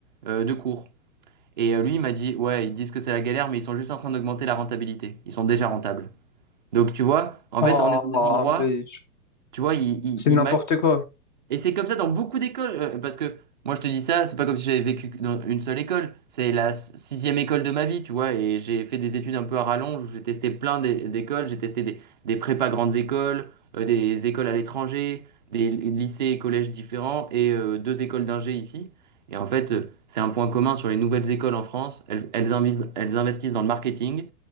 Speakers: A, on the right (about 30°); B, on the left (about 30°).
A: euh, de cours. Et euh, lui, il m'a dit, ouais, ils disent que c'est la galère, mais ils sont juste en train d'augmenter la rentabilité. Ils sont déjà rentables. Donc, tu vois, en
B: Ah,
A: fait, on est dans des endroits,
B: mais
A: tu vois, ils, ils,
B: C'est n'importe
A: ils
B: quoi.
A: et c'est comme ça dans beaucoup d'écoles, euh, parce que moi je te dis ça, c'est pas comme si j'avais vécu dans une seule école, c'est la s- sixième école de ma vie, tu vois, et j'ai fait des études un peu à rallonge, où j'ai testé plein d'é- d'écoles, j'ai testé des, des prépas grandes écoles, euh, des écoles à l'étranger, des l- lycées et collèges différents, et euh, deux écoles d'ingé ici. Et en fait, euh, c'est un point commun sur les nouvelles écoles en France, elles, elles invis- elles investissent dans le marketing,